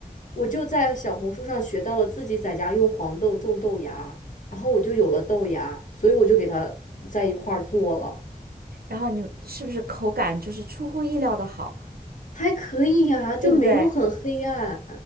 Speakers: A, on the left (about 55°); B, on the right (about 85°).
A: 我就在小红书上学到了自己在家用黄豆种豆芽，然后我就有了豆芽，所以我就给它在一块儿做了，
B: 然后你是不是口感就是出乎意料的好，
A: 还可以呀、就没有很黑暗。
B: 对不对？